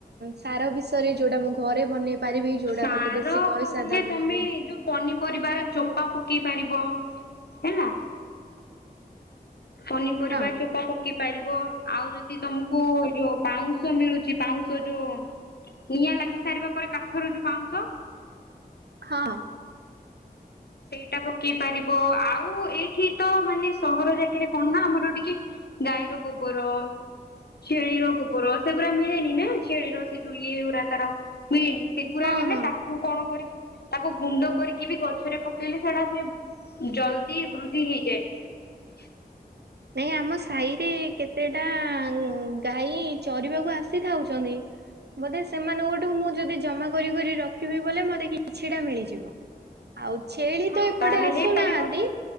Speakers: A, on the right; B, on the left.
A: ସାର ବିଷୟରେ ଯୋଉଟା ମୁଁ ଘରେ ବନେଇ ପାରିବି ଯୋଉଟା
B: ସାର
A: ମତେ ବେଶୀ ପଇସା
B: କହିଲେ
A: ଦାମ
B: ତମେ
A: ଲାଗିବନି
B: ଏ ଯୋଉ ପନିପରିବାର ଚ ପା ପକେଇ ପାରିବ ହେଲା। ପନିପରିବା
A: ହଁ
B: ଚୋପା ପକି ପାରିବ। ଆଉ ଯଦି ତମକୁ ଏ ଯୋଉ ପାଉଁଶ ମିଳୁଛି ପାଉଁଶ ଯୋଉ ନିଆଁ ଲାଗି ସାରିବା ପରେ କାଠର ଯୋଉ ପାଉଁଶ।
A: ହଁ।
B: ସେଇଟା ପକେଇ ପାରିବ ଆଉ ଏଇଠି ତ ମାନେ ସହର ଜାକାରେରେ କଣ ନା ଆମର ଟିକେ ଗାଈର ଗୋବର ଛେଳିର ଗୋବର, ସେ ପୁରା ମିଳେନି ନା ଛେଳି ର ସେ ଯଉ ଇ ଉରା ତାର ମିଳେନି। ସେଗୁଡ଼ା
A: ହଁ
B: ହେଲେ
A: ହଁ।
B: ତାକୁ କଣ କରିକି ତାକୁ ଗୁଣ୍ଡ କରିକି ବି ଗଛ ସେଟା ପକେଇଲେ ସେଟା ସେ ଜଲଦି ବୃଦ୍ଧି ହେଇଯାଏ।
A: ନାଇଁ ଆମ ସାହିରେ କେତେଟା ଉମ୍ ଗାଈ ଚରିବାକୁ ଆସିଥାଉଛନ୍ତି। ବୋଧେ ସେମାନଙ୍କୋଠୁ ମୁଁ ଯଦି ଜମା କରି, କରି ରଖିବି ବୋଲେ ମତେ କିଛିଟା ମିଳିଯିବ। ଆଉ ଛେଳି
B: ହଁ
A: ତ ଏପଟେ
B: ତାହେଲେ
A: ଆସୁନାହାନ୍ତି।
B: ହେଇପାରିବ